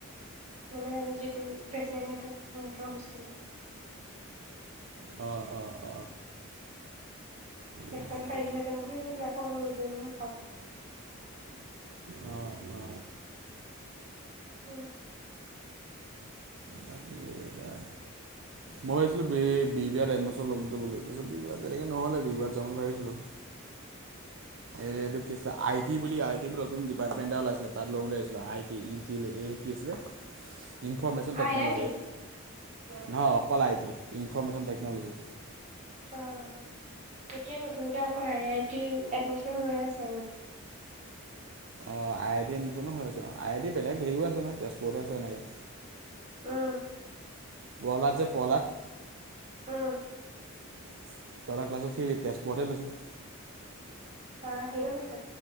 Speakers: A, on the right (about 30°); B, on the right (about 60°).
A: মানে যিটো পেচেণ্ট সেইটো হেতৰ হোষ্টেলৰ।
B: অ অ অ
A: সেইফালে
B: আছে
A: পাৰিলো হেঁতেন বুলি কৈছিলে আকৌ মোক নিদিয়ে নহয় ঘৰৰ পৰা।
B: অ', অ'।
A: উম
B: বাকী এতিয়া। মই ভাবিছিলোঁ বি বৰুৱাত এডমিছন ল'মতো বুলি তাৰপিছত বি বৰুৱাত তেনেকৈ নহ'লে বি বৰুৱাত যাম বুলি ভাবিছিলোঁ। এ এটো কি আছিল আইটি বুলি আই টি বুলিত ডিপাৰ্মেণ্ট ওলাইছে তাত ল'ম বুলি ভাবিছিলোঁ আইটি ই কি আছিলে। Information
A: I
B: technology
A: I T
B: নহয় অকল আই টি ইনফৰৰ্মেশ্যন টেকন'লজি
A: অ', অ', এতিয়া নতুনকে আকৌ আই আই টিৰ এডমিচন হৈ আছে।
B: অ', আই টি এডমিনো হৈ আছেঁ আইটি বেলেগ হেৰিও আছে নহয় তেজপুৰতো আছে এনেকৈ
A: উম।
B: প্ৰহল্লাদ যে প্ৰহ্লাদ
A: উম।
B: তহঁতৰ কাল্লাচৰ সি তেজপুৰত হে লৈছে।
A: অ', সেৰি লৈছে